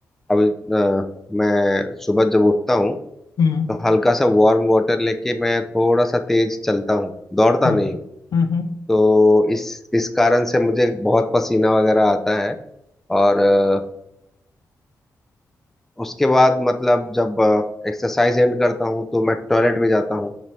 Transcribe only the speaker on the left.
हम्म
हम्म
हम्म हम्म,